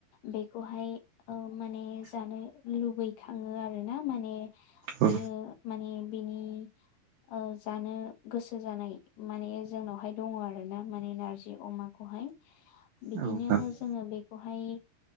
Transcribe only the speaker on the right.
औ
औ नोंथां